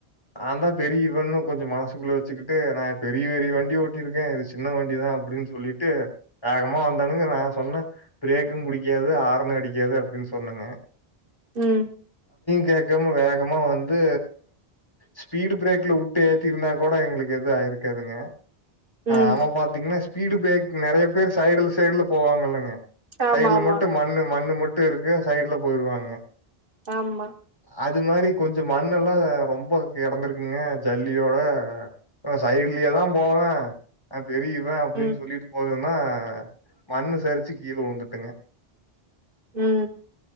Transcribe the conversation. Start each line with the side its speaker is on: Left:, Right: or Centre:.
Left: நான்தான் பெரிய இவன்னும் கொஞ்சம் மனசுக்குள்ள வச்சுக்கிட்டு நான் பெரிய பெரிய வண்டி ஓட் ஓட்டி இருக்கேன் இது சின்ன வண்டிதான் அப்டின்னு சொல்லிட்டு வேகமா வந்தானுங்க நான் சொன்னேன் பிரேக்கும் புடிக்காது ஆறுன்னு அடிக்காது அப்டின்னு சொன்னேங்க
Right: உம்
Left: கேக்காம வேகமா வந்து ஸ்பீடு பிரேக்ல உட்டு ஏத்திருந்தா கூட எங்களுக்கு எது ஆயிருக்காதுங்க
Right: ம்
Left: ஆமா பாத்தீங்கன்னா ஸ்பீடு பிரேக் நிறைய பேர் சைடுல சைடுல போவாங்கெல்லங்க
Right: ஆமா
Left: சைடுல
Right: ஆமா
Left: மட்டும் மண்ணு மண்ணு மட் மட்டு இருக்கு சைடுல போயிருவாங்க
Right: ஆமா
Left: அது மாரி கொஞ்சம் மண்ணெல்லாம் ரொம்ப கிடந்திருக்குங்க ஜல்லியோட சைடுலயே தான் போவேன் அப் பெரிய இவன் அப்டின்னு
Right: ம்
Left: சொல்லிட்டு போனன்னா மண்ணு சரிச்சு கீழே விழுந்துட்டங்க
Right: உம்